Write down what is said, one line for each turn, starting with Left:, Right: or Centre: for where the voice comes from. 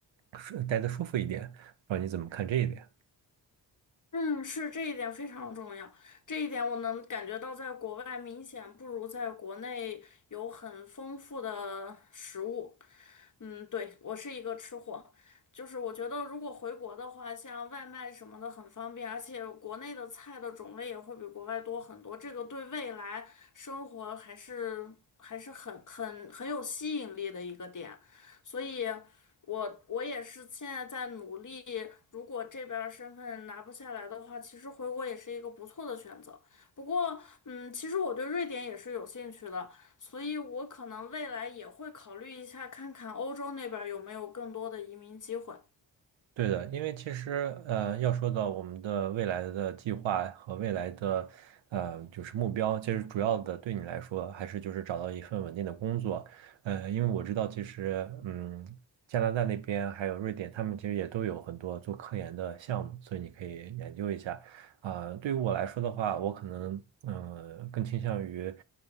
Right: 舒待的舒服一点，不知道你怎么看这一点？
Left: 嗯，是这一点非常重要，这一点我能感觉到，在国外明显不如在国内有很丰富的食物。嗯，对，我是一个吃货，就是我觉得如果回国的话，像外卖什么的很方便，而且国内的菜的种类也会比国外多很多，这个对未来生活还是还是很很很有吸引力的一个点，所以我我也是现在在努力，如果这边儿身份拿不下来的话，其实回国也是一个不错的选择。不过，嗯，其实我对瑞典也是有兴趣的。所以我可能未来也会考虑一下，看看欧洲那边儿有没有更多的移民机会。
Right: 对的，因为其实呃，要说到我们的未来的计划和未来的呃，就是目标，其实主要的对你来说还是就是找到一份稳定的工作。呃，因为我知道，其实嗯，加拿大那边还有瑞典，他们其实也都有很多做科研的项目，所以你可以研究一下。啊、对于我来说的话，我可能嗯、呃更倾向于